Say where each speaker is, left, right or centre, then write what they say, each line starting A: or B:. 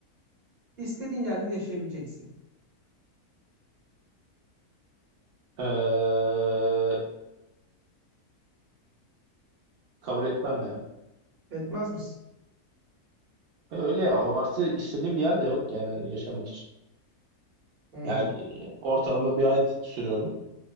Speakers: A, on the right; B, on the right.
A: istediğin yerde de yaşayabileceksin.
B: Eee, kabul etmem ya.
A: Etmez misin?
B: Öyle abartı istediğim bir yer de yok yani hani yaşamak için.
A: Hmm.
B: Yani e, ortalama bir ay sürüyorum.